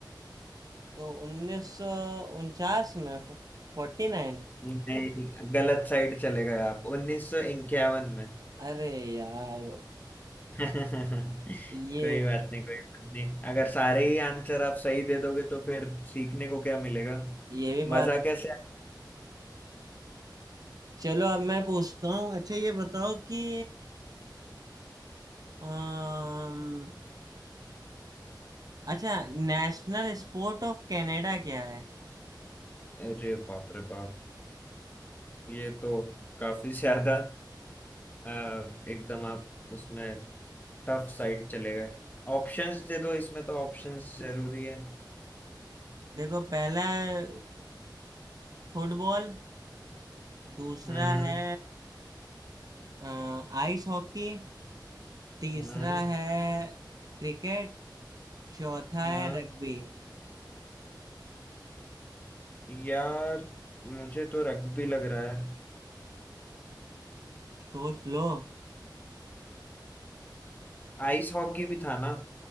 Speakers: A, on the right (about 55°); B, on the left (about 20°).
A: तो 1949 में 49
B: नहीं गलत साइड चले गए आप उन्नीस सौ इक्यावन में
A: अरे यार
B: <laughs> कोई
A: ये
B: बात नहीं कोई बात नहीं अगर सारे ही आंसर आप सही दे दोगे तो फिर सीखने को क्या मिलेगा
A: ये भी बात
B: मजा कैसे आए?
A: चलो अब मैं पूछता हूँ अच्छा ये बताओ कि अम्म, अच्छा नेशनल स्पोर्ट ऑफ कनाडा क्या है
B: अरे बाप रे बाप ये तो काफी <laughs> ज्यादा अ, एकदम आप उसमें टफ साइड चले गए ऑप्शंस दे दो इसमें तो ऑप्शंस जरूरी है
A: देखो पहला है फुटबॉल दूसरा
B: हम्म
A: है अ, आइस हॉकी तीसरा
B: हम्म
A: है क्रिकेट चौथा
B: हाँ
A: है रग्बी
B: यार मुझे तो रग्बी लग रहा है
A: सोच लो
B: आइस हॉकी भी था ना?